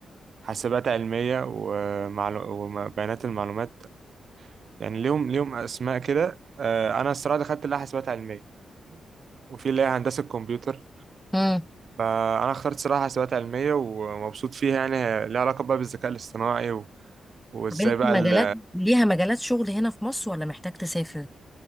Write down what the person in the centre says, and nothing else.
امم
طب انت
مجالات
ليها مجالات شغل هنا في مصر ولا محتاج تسافر